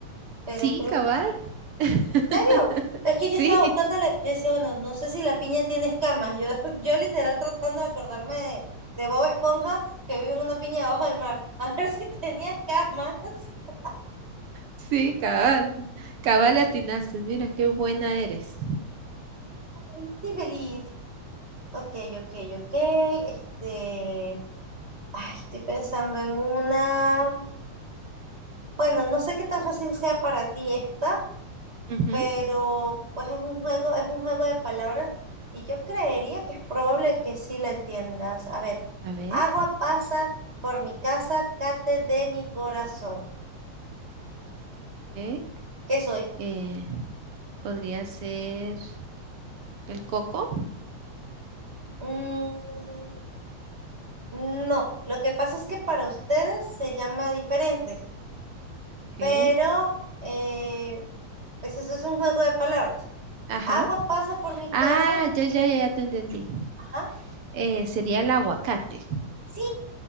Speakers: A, on the right; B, on the right.
A: pero
B: Sí,
A: creo
B: cabal.
A: que,
B: <laughs>
A: ¿en serio? Es que
B: Sí,
A: yo estaba buscándole, yo decía, bueno, no sé si la piña tiene escamas. Yo, <laughs> yo literal tratando de acordarme de, de Bob Esponja que vive en una piña debajo del mar. <laughs> A ver si tenía escamas. <laughs>
B: sí, cabal. Cabal le atinaste. Mira, qué buena eres.
A: Ay, estoy feliz. Ok, ok, ok. Este, ay, estoy pensando en una. Bueno, no sé qué tan fácil sea para ti esta,
B: Ujú.
A: pero pues es un juego, es un juego de palabras y yo creería que es probable que sí la entiendas. A ver,
B: A ver,
A: agua pasa por mi casa, cate de mi corazón.
B: ok,
A: ¿Qué soy?
B: eh, podría ser el coco.
A: Mm, no, lo que pasa es que para ustedes se llama diferente,
B: Ok.
A: pero eh, pues eso es un juego de palabras.
B: Ajá.
A: Agua pasa por mi
B: Ah,
A: casa.
B: ya, ya, ya, ya te entendí.
A: Ajá.
B: Eh, sería el aguacate.
A: Sí,